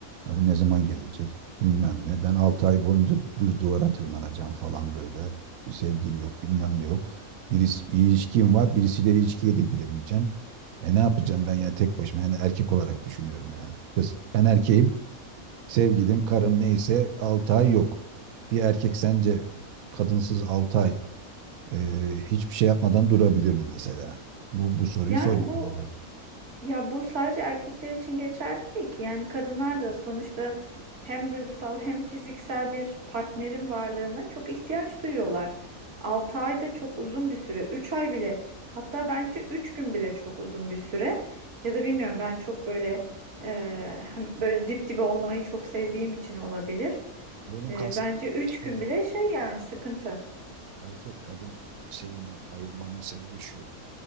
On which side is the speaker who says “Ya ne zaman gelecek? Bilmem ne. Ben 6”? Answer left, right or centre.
Right